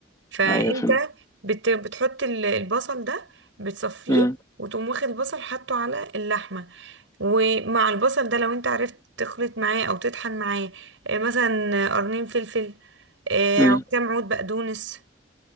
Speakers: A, on the right; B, on the left.
A: فانت
B: ايوه فهمت
A: بت بتحط ال- البصل ده بتصفيه
B: مم.
A: وتقوم واخد البصل حاطه على اللحمه ومع البصل ده لو انت عرفت تخلط معاه او تطحن معاه آه، مثلا قرنين فلفل آه،
B: مم.
A: كام عود بقدونس